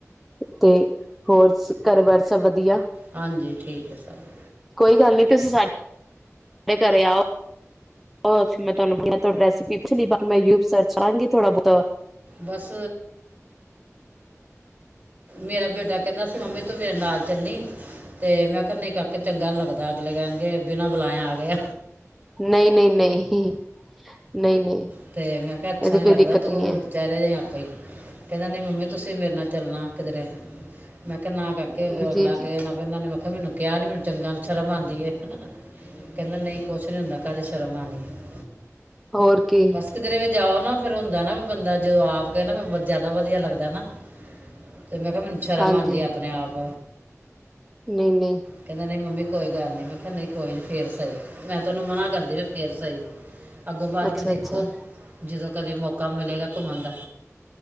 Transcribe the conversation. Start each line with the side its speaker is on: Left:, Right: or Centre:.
Centre: ਤੇ ਹੋਰ ਸ ਘਰ ਬਾਰ ਸਭ ਵਧੀਆ।
Right: ਹਾਂਜੀ ਠੀਕ ਹੈ ਸਭ।
Centre: ਕੋਈ ਗੱਲ ਨੀ ਤੁਸੀਂ ਸਾਡੇ ਘ ਘਰੇ ਆਓ ਬ ਮੈਂ ਤੁਹਾਨੂੰ <unintelligible>
Right: ਬਸ। ਮੇਰਾ ਬੇਟਾ ਕਹਿੰਦਾ ਸੀ ਮੰਮੀ ਤੂੰ ਮੇਰੇ ਨਾਲ ਚੱਲੀ ਤੇ ਮੈਂ ਕਿਹਾ ਨਹੀਂ ਕਾਕੇ ਚੰਗਾ ਨੀ ਲੱਗਦਾ ਅਗਲੇ ਕਹਿਣਗੇ, ਬਿਨਾਂ ਬੁਲਾਇਆ ਆ ਗਏ ਆ।
Centre: ਨਹੀਂ- ਨਹੀਂ, ਨਹੀਂ ਨਹੀਂ- ਨਹੀਂ।
Right: ਅਤੇ ਮੈਂ ਕਿਹਾ ਅੱਛਾ
Centre: ਇਹਦੀ
Right: ਨਹੀਂ
Centre: ਕੋਈ
Right: ਲੱਗਦਾ
Centre: ਦਿੱਕਤ
Right: ਤੂੰ
Centre: ਨਹੀਂ
Right: ਚੱਲ ਰਹੇ ਆਪਾ ਹੀ ਕਹਿੰਦਾ ਨਹੀਂ ਮੰਮੀ ਤੁਸੀਂ ਮੇਰੇ ਨਾਲ ਚੱਲਣਾ ਕਿਧਰੇ। ਮੈਂ ਕਿਹਾ ਨਾ ਕਾਕੇ
Centre: ਹੈ
Right: ਅਗਲਾ
Centre: ਜੀ ਜੀ
Right: ਕੇ ਨਾ ਉਹਨਾਂ ਨੇ ਮੈਂ ਕਿਹਾ ਮੈਨੂੰ ਕਿਹਾ ਨੀ ਮੈਨੂੰ ਚੰਗਾ ਸ਼ਰਮ ਆਉਂਦੀ ਹੈ। ਕਹਿੰਦਾ ਨਹੀਂ ਕੁਛ ਨੀ ਹੁੰਦਾ ਕਾਹਦੀ ਸ਼ਰਮ ਆਣੀ ਹੈ।
Centre: ਹੋਰ ਕੀ
Right: ਬਸ ਕਿਧਰੇ ਵੀ ਜਾਓ ਨਾ ਫਿਰ ਹੁੰਦਾ ਨਾ ਵੀ ਬੰਦਾ ਜੋ ਆਪ ਕਹੇ ਨਾ ਫਿਰ ਜ਼ਿਆਦਾ ਵਧੀਆ ਲੱਗਦਾ ਨਾ। ਤੇ ਮੈਂ ਕਿਹਾ ਮੈਨੂੰ ਸ਼ਰਮ
Centre: ਹਾਂਜੀ
Right: ਆਉਂਦੀ ਆ ਆਪਣੇ ਆਪ।
Centre: ਨਹੀਂ ਨਹੀਂ
Right: ਕਹਿੰਦਾ ਨਹੀ ਮੰਮੀ ਕੋਈ ਗੱਲ ਨੀ, ਮੈਂ ਕਿਹਾ ਨਹੀ ਕੋਈ ਨੀ ਫੇਰ ਸਹੀ ਮੈਂ ਤਾਂ ਉਹਨੂੰ ਮਨਾ ਕਰਦੀ ਫੇਰ ਸਹੀ ਅੱਗੋਂ ਬਾਲ
Centre: ਅੱਛਾ
Right: ਕੇ ਦੇਖ
Centre: ਅੱਛਾ
Right: ਜਦੋਂ ਕਦੇ ਮੌਕਾ ਮਿਲੇਗਾ ਘੁੰਮਣ ਦਾ।